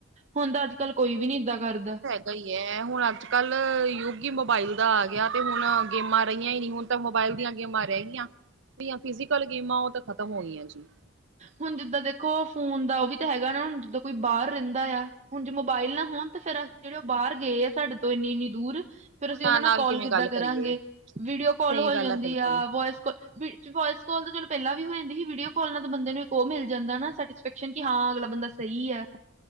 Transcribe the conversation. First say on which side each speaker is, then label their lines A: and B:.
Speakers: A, on the right; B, on the right.
A: ਹੁਣ ਤ ਕੱਲ ਕੋਈ ਵੀ ਨੀ ਇੱਦਾਂ ਕਰਦਾ।
B: ਏਦ ਈ ਐ, ਹੁਣ ਅੱਜ-ਕੱਲ੍ਹ ਯੂਗ ਈ ਮੋਬਾਇਲ ਦਾ ਆ ਗਿਆ ਤੇ ਹੁਣ ਗੇਮਾਂ ਰਈਆਂ ਈ ਨੀ ਹੁਣ, ਤਾ ਮੋਬਾਇਲ ਦੀਆਂ ਗੇਮਾਂ ਰੈ ਗੀਆਂ। ਦੀਆ ਫਿਜ਼ਕਲ ਗੇਮਾਂ ਓ ਤਾਂ ਖਤਮ ਹੋ ਗੀਆਂ ਜੀ।
A: ਹੁਣ ਜਿੱਦਾਂ ਦੇਖੋ, ਫੋਨ ਦਾ ਓ ਵੀ ਤਾਂ ਹੈਗਾ ਨਾ ਜਿੱਦਾ ਕੋਈ ਬਾਰ ਰੈੰਦਾ ਆ। ਹੁਣ ਜੇ ਮੋਬਾਇਲ ਨਾ ਹੋਣ ਤੇ ਫੇਰ ਅਸ ਜੇੜੇ ਓ ਬਾਰ ਗਏ ਐ ਸਾਡੇ ਤੋਂ ਏਨੀ-ਏਨੀ ਦੂਰ ਫੇਰ
B: ਉਹਨਾਂ
A: ਅਸੀਂ ਔਨਾਂ ਨਾਲ ਕੋਲ
B: ਕਿਵੇਂ
A: ਕਿੱਦਾਂ
B: ਗੱਲ
A: ਕਰਾਂਗੇ?
B: ਕਰੀਏ
A: ਵੀਡੀਓ ਕਾੱਲ
B: ਸਹੀ
A: ਹੋ
B: ਗੱਲ
A: ਜਾਂਦੀ
B: ਹੈ ਬਿਲਕੁਲ
A: ਆ, ਵੋਇਸ ਕੋਲ ਵੋਇਸ ਕੋਲ ਤਾਂ, ਚਲੋ ਪੈਲਾਂ ਵੀ ਹੋ ਜਾਂਦੀ ਹੀ, ਵੀਡੀਓ ਕੋਲ ਨਾਲ ਮਤਲਬ ਬੰਦੇ ਨੂੰ ਇੱਕ ਓਹ ਮਿਲ ਜਾਂਦੈ ਨਾ, ਸੈਟਿਸਫੈਕਸ਼ਨ, ਕਿ ਹਾਂ, ਅਗਲਾ ਬੰਦਾ ਸਹੀ ਐ।